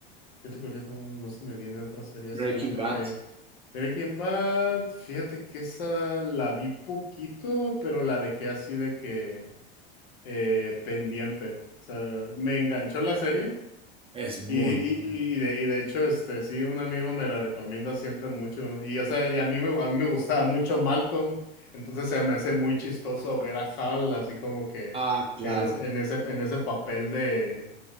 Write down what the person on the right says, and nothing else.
Breaking
Bad
es
muy
bueno.
Ah, claro.